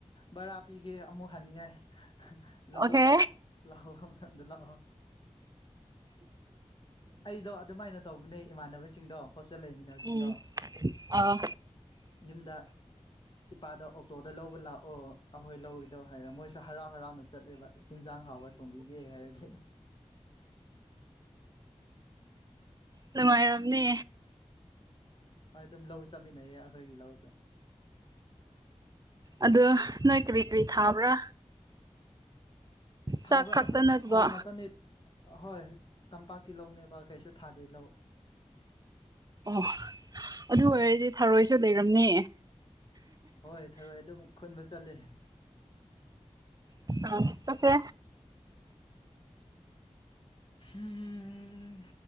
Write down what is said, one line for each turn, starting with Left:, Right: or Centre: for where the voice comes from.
Left: ꯕꯔꯥ ꯄꯤꯒꯦ ꯑꯃꯨꯛ ꯍꯅꯤꯡꯉꯥꯏ ꯂꯧ
Right: ꯑꯣꯀꯦ
Left: ꯂꯥꯛꯑꯣ ꯃꯊꯪꯗ ꯂꯥꯛꯑꯣ ꯑꯩꯗꯣ ꯑꯗꯨꯃꯥꯏꯅ ꯇꯧꯕꯅꯦ ꯏꯃꯥꯟꯅꯕꯁꯤꯡꯗꯣ ꯍꯣꯁꯇꯦꯜ ꯂꯩꯃꯤꯟꯅꯕꯁꯤꯡꯗꯣ
Right: ꯎꯝ ꯑꯥ
Left: ꯌꯨꯝꯗ ꯏꯄꯥꯗ ꯑꯣꯛꯇꯣꯗ ꯂꯧꯕ ꯂꯥꯛꯑꯣ ꯑꯩꯈꯣꯏ ꯂꯧꯒꯗꯧ ꯍꯥꯏꯔ ꯃꯣꯏꯁ ꯍꯔꯥꯎ ꯍꯔꯥꯎꯅ ꯆꯠꯂꯦꯕ ꯍꯟꯖꯥꯡ ꯍꯥꯎꯕ ꯊꯣꯡꯕꯤꯒꯦ ꯍꯥꯏꯔꯗꯤ
Right: ꯅꯨꯡꯉꯥꯏꯔꯝꯅꯦ
Left: ꯍꯣꯏ ꯑꯗꯨꯝ ꯂꯧ ꯆꯥꯃꯤꯟꯅꯩꯌꯦ ꯑꯩꯈꯣꯏꯒꯤ ꯂꯧꯁꯨ
Right: ꯑꯗꯣ ꯅꯣꯏ ꯀꯔꯤ ꯀꯔꯤ ꯊꯥꯕ꯭ꯔꯥ
Left: ꯊꯥꯕ꯭ꯔꯥ
Right: ꯆꯥꯛ ꯈꯛꯇ
Left: ꯑꯩꯈꯣꯏ
Right: ꯅꯠꯇꯕ
Left: ꯐꯧ ꯉꯥꯛꯇꯅꯦ ꯑꯍꯣꯏ ꯇꯝꯄꯥꯛꯀꯤ ꯂꯧꯅꯦꯕ ꯀꯩꯁꯨ ꯊꯥꯗꯦ ꯂꯧ
Right: ꯑꯣ ꯑꯗꯨ ꯑꯣꯏꯔꯗꯤ ꯊꯔꯣꯏꯁꯨ ꯂꯩꯔꯝꯅꯦ
Left: ꯍꯣꯏ ꯊꯧꯔꯣꯏ ꯑꯗꯨꯝ ꯈꯨꯟꯕ ꯆꯠꯂꯦ
Right: <unintelligible> ꯀꯁꯦ
Left: ꯎꯝ